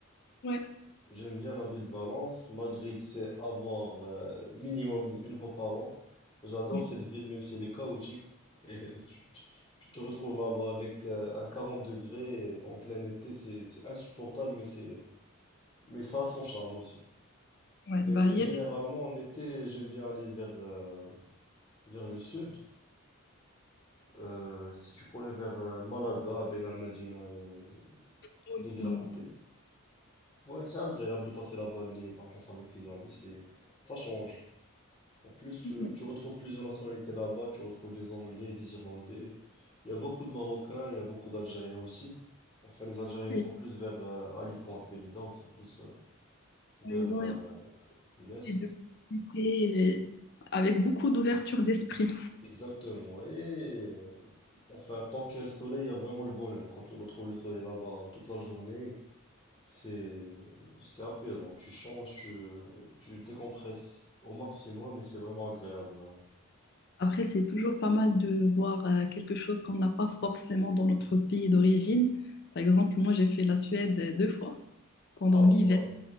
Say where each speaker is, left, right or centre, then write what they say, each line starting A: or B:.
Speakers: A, on the left; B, on the left.
A: Ouais,
B: J'aime bien la ville de Valence. Madrid, c'est à voir euh, minimum une fois par an. J'adore
A: ouais,
B: cette ville, même si elle est chaotique. Et <laughs> tu, tu- tu te retrouves là-bas avec euh, un 40 degrés en plein été, c'est c'est insupportable, mais c'est mais ça a son charme aussi.
A: ouais.
B: Mais
A: Bah, il
B: généralement,
A: y a des
B: en été, j'aime bien aller vers, euh, vers le sud. Euh, si tu connais vers euh, Malaga, Ben Al-Madina et
A: tours.
B: les villes
A: ouais,
B: à côté. Ouais, c'est agréable de passer là-bas les vacances avec ses amis, c'est, ça change. En plus, tu,
A: ouais.
B: tu retrouves plusieurs nationalités là-bas, tu retrouves des Anglais, des Irlandais. Il y a beaucoup de Marocains, il y a beaucoup d'Algériens aussi. Enfin, les Algériens
A: Et,
B: sont plus vers euh, Alicante, Benidorm, ils sont plus euh, vers
A: euh, Ils
B: euh,
A: ont
B: l'Est.
A: des deux. activités Et, euh, avec beaucoup d'ouverture d'esprit.
B: Exactement. Et euh, Enfin, tant qu'il y a le soleil, il y a vraiment le bonheur. Quand tu retrouves le soleil là-bas toute la journée, c'est c'est apaisant. Tu changes, tu, euh, tu décompresses au maximum et c'est vraiment agréable. hein.
A: Après, c'est toujours pas mal de voir euh, quelque chose qu'on n'a pas forcément dans notre pays d'origine. Par exemple, moi, j'ai fait la Suède euh, deux fois pendant
B: Ah voilà,
A: l'hiver.